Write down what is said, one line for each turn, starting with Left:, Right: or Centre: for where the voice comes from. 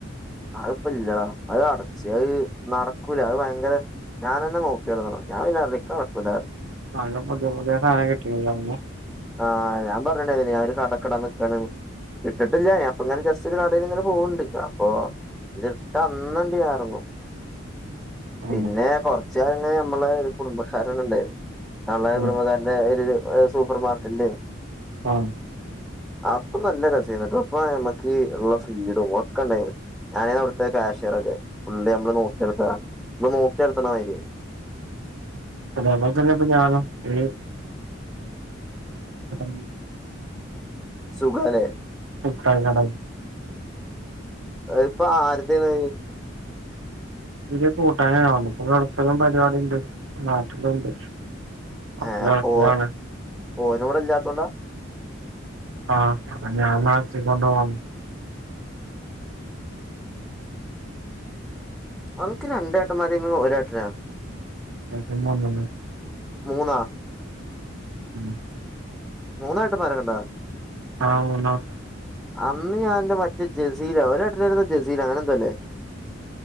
Centre: അഹ്പ്പല്ലടാ അഹ് അടച്ച് അഹ് നടക്കൂല അഹ് ഭയങ്കര ഞാനെന്നെ നോക്കി അട്ത്തണം ഞാൻ പിന്നെ പർഞ് ക്ക്‌ നടക്കൂലാ.
Right: നല്ല പുതിയ പുതിയ സാനം കിട്ടിയിനു അവ്ട്ന്ന്
Centre: ആഹ് ഞാൻ പറഞ്ഞണ്ടേയ്നില്ലെ ഞാൻ ഒര് കടക്ക്‌ടാ നിക്കാന്ന്. ഇട്ടിട്ടില്ല ഞാൻ ഇപ്പ ഇങ്ങനെ ജസ് സില് കടേല്ങ്ങനെ പോവ്ണ്ട്. അപ്പൊ ഇത്ട്ടാ അന്നണ്ട്യ ഞാൻ എറങ്ങും
Right: ഉം
Centre: പിന്നെ കൊർച്ചുകാലം ഇങ്ങനെ ഞമ്മളെ ഒരു കുടുംബക്കാരൻണ്ടാര്ന്ന് തള്ളെ കുടുംബക്കാര്ടെ
Right: ഉം
Centre: ഒര് സൂപ്പർ മാർക്കറ്റെ
Right: ആഹ്
Centre: അപ്പം നല്ല രസയിന്നുട്ടോ അപ്പ ഞമ്മക്ക് ള്ള ഫ്രീടോം ഒക്കെണ്ടായി ഞാനയിന്നു അവ്ട്ത്തെ കാഷറൊക്കെ. ഫുള്ള് യമ്മള് നോക്കി നടത്ത്വാ. മ്മള് നോക്കി അട്ത്ണ മായ്രി യേന്ന്
Right: അതെ പോൽതന്നെ ഇപ്പൊ ഞാനും ഈ <unintelligible>
Centre: സുഖാലേ
Right: മുട്ടായികടേയ്
Centre: അഹ് ഇപ്പൊ ആര്തേയ്ണത്
Right: ഇവര് കൂട്ടാനാല്ലോ വന്നത് <unintelligible> പരിപാടിണ്ട് നാട്ടിലുംണ്ട് <unintelligible>
Centre: ഏഹ് അപ്പൊ
Right: സുഖാണ്
Centre: ഓന് ഇവിടെ ഇല്ലാത്തോണ്ടാ
Right: ആഹ് അ ഞാൻ നാച്ചികൊണ്ടോവണംന്ന്
Centre: അവൻക്ക് രണ്ടെട്ടന്മാരേയ്രുന്നു ഒരേട്ടനോ
Right: എനിക്കും ഒന്നെന്നേ
Centre: മൂന്നാ
Right: ഉം
Centre: മൂണ്ണേട്ടന്മാരൊക്കെണ്ടാ
Right: ആഹ്ണോ
Centre: അന്ന് ഞാൻന്റെ മറ്റേ ജസീലൊ ഒരേട്ടന്റെപേരെന്താ ജസീലൊ അങ്ങനെന്തേല്ലേ